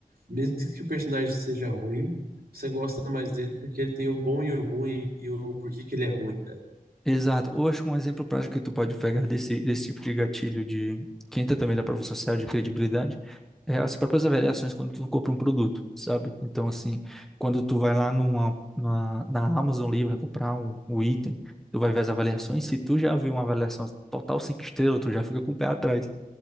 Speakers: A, on the right; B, in the centre.
A: mesmo que o personagem seja ruim, você gosta mais dele porque ele tem o bom e o ruim e o porquê que ele é ruim, né?
B: Exato. Ou acho que um exemplo prático que tu pode pegar desse, desse tipo de gatilho de que entra também da prova social de credibilidade é as próprias avaliações quando tu compra um produto, sabe? Então, assim, quando tu vai lá numa, na, na Amazon ali, vai comprar um, um item, tu vai ver as avaliações. Se tu já viu uma avaliação total cinco estrelas, tu já fica com o pé atrás